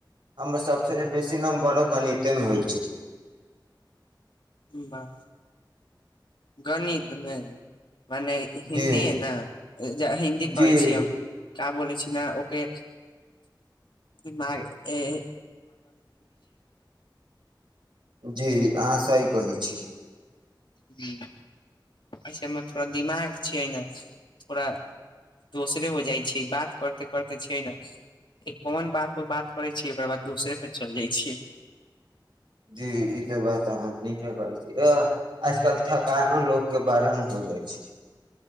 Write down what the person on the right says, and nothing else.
हमर सभसँ बेसी नमबरो गणितेमे होइ छै
जी
जी
जी अहाँ से सही कहई छी।
जी ई तऽ बात अहाँ नीके कहै छी अ आजकल थकानो लोकके बरानु हो जाइ छै।